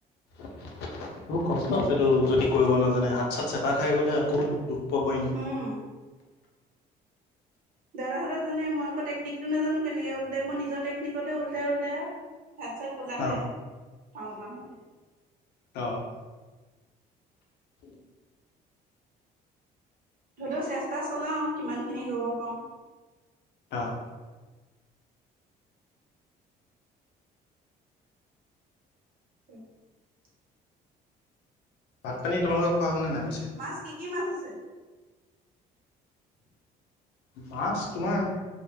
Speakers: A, on the left; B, on the right.
A: এইবোৰ কষ্ট আছে তো যদি কৰিব নাজানে হাত চাত চেপা খাই গলে আকৌ দুখ পাব এনেই।
B: উ'ম। দাদাহঁতে জানে মইকৌ টেকনিকটো নাজানো কেনেকে উলটাই মই নিজৰ টেকনিকতে উলটাই-উলটাই আৰু। হাত- চাত ক'লা হৈ
A: অ
B: আহে ফাওঁ পাওঁতে।
A: অ'। <unintelligible>
B: ধৰি লও চেষ্টা চলাওঁ কিমানখিনি কৰিব পাওঁ।
A: অ'।
B: <unintelligible>
A: ভাত, পানী তোমালোকৰ খোৱা হ'ল নে নাই পিছে?
B: মাছ কি কি মাছ আছে?
A: মাছ তোমাৰ